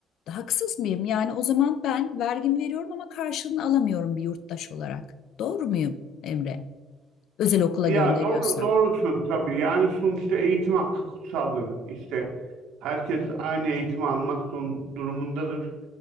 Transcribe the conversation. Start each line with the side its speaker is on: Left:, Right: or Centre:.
Left: Haksız mıyım? Yani o zaman ben vergimi veriyorum ama karşılığını alamıyorum bir yurttaş olarak. Doğru muyum Emre? özel okula
Right: Ya
Left: gönderiyorsam.
Right: doğru, doğrusun tabii. Yani sonuçta eğitim hakkı kutsaldır. İşte herkes aynı eğitimi almak zorun, durumundadır.